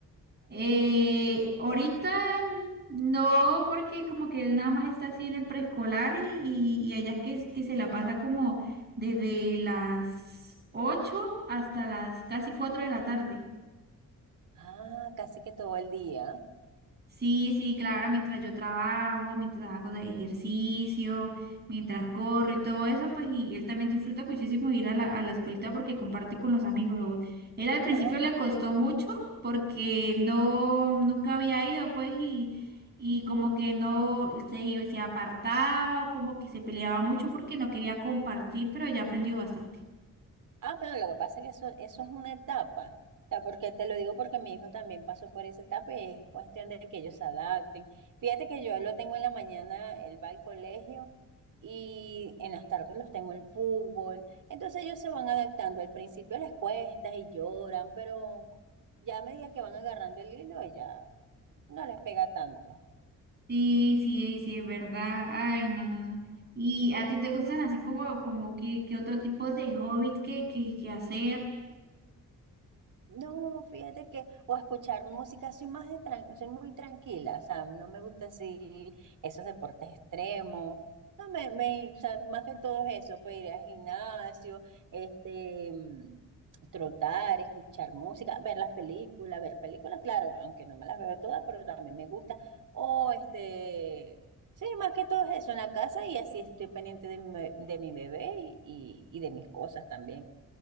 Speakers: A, on the right; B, on the right.
A: Eh, ahorita no, porque como que él nada más está así en el preescolar y, y, y allá que, que se la pasa como desde las 8 hasta las casi 4 de la tarde.
B: Ah, casi que todo el día.
A: Sí, sí, claro, mientras yo trabajo, mientras hago de ejercicio, mientras corro y todo eso, pues y él también disfruta muchísimo ir a la, a la escuelita porque comparte con los amigos. O- Él al principio
B: Ah,
A: le costó mucho porque no, nunca había ido, pues, y, y como que no se, iba- se apartaba o como que se peleaba mucho porque no quería compartir, pero ya aprendió bastante.
B: Ah, pero lo que pasa es que eso, eso es una etapa. O sea, porque te lo digo porque mi hijo también pasó por esa etapa y es cuestión de que ellos se adapten. Fíjate que yo lo tengo en la mañana, él va al colegio y en las tardes los tengo en fútbol. Entonces ellos se van adaptando. Al principio les cuesta y lloran, pero ya a medida que van agarrando el hilo, ya no les pega tanto.
A: Sí, sí, sí, es verdad. Ay, no, no, no. ¿Y a ti te gustan así como, como que, que otro tipo de hobby que, que, que hacer?
B: No, fíjate que, o escuchar música, soy más de tran- soy muy tranquila, o sea, no me gusta así esos deportes extremos, no me, me, o sea, más que todo eso, pues ir al gimnasio, este, mm, trotar, escuchar música, ver las películas, ver películas, claro, aunque no me las veo todas, pero también me gusta, o este, sí, más que todo eso en la casa y así estoy pendiente de mi, be- de mi bebé y, y y de mis cosas también.